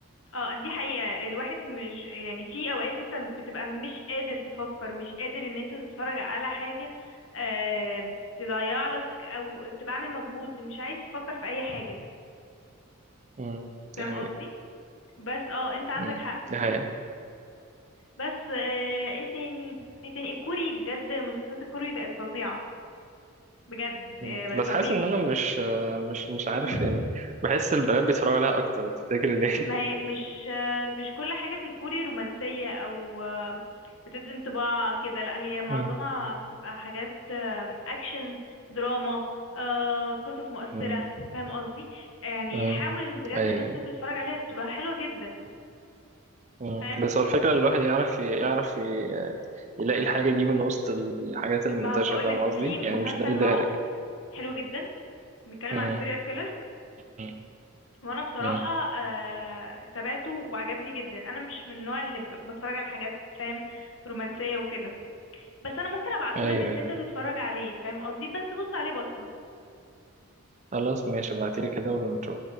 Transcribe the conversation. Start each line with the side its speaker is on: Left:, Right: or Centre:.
Left: اه دي حقيقة الواحد مش يعني في اوقات انت بتبقى مش قادر تفكر مش قادر ان انت تتفرج على حاجة آه تضيع لك او تبقى عامل مجهود مش عايز تفكر في اي حاجة
Right: امم دي
Left: فاهم
Right: حقيقة
Left: قصدي بس اه انت عندك
Right: امم
Left: حق
Right: دي حقيقة
Left: بس آه، ايه تاني ايه تاني الكوري بجد مسلسلات الكوري بقت فظيعة بجد
Right: امم
Left: آه، بقت
Right: بس
Left: رهيبة
Right: حاسس ان انا مش مش مش عارف
Left: <laughs>
Right: يعني بحس البنات بيتفرجوا عليها اكتر تفتكر ليه
Left: ما هي مش آه، مش كل حاجة في الكوري رومانسية او آه، بتدي انطباع كده لا هي معظمها
Right: امم
Left: بتبقى حاجات آه، اكشن دراما آه، قصص مؤثرة
Right: امم
Left: فاهم قصدي يعني
Right: أمم.
Left: حاول بجد
Right: <laughs> ايوه
Left: ان انت تتفرج عليها بتبقى حلوة جدا
Right: مم.
Left: فاهم
Right: بس هو الفكرة إن الواحد يعرف يعرف ي- يلاقي الحاجة دي من وسط الحاجات المنتشرة
Left: ما بقولك
Right: فاهم قصدي؟
Left: في مسلسل
Right: يعني مش ده الدارج
Left: ماوس حلو جدا بيتكلم
Right: مم.
Left: عن السيريال كيلر
Right: مم.
Left: وانا بصراحه
Right: مم.
Left: آه تابعته وعجبني جدا انا مش من النوع اللي ب- بتفرج على حاجات فاهم رومانسيه وكده بس انا ممكن ابعتهولك
Right: أيوه
Left: ان
Right: أيوه
Left: انت تتفرج عليه فاهم قصدي بس بص عليه بص
Right: خلاص ماشي ابعتيلي كده ونشوف